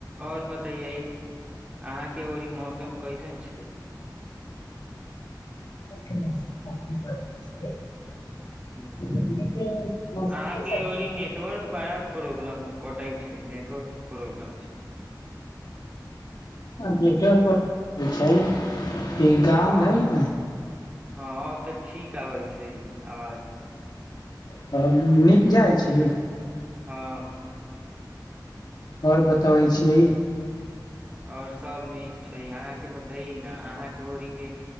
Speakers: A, on the right; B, on the left.
A: आओर बतैयै अहाँ के व मौ सम कैसन छै
B: <unintelligible>
A: ह अहाँके
B: ओने के मौसम कैसन?
A: री नेटवर्क बड़ा प्रॉब्लम कटाइ छै नेटवर्क प्रोब्लम छै
B: नेच पर छै ई गामव
A: हँ
B: है
A: अब तऽ
B: न
A: हँ अब तऽ ठीक आबै छै आवाज
B: त नीक जाइ छी
A: हँ
B: आओर बतबै छियै
A: आओर सभ नीक छै अहाँके बतै ने अहाँके ओड़ीक के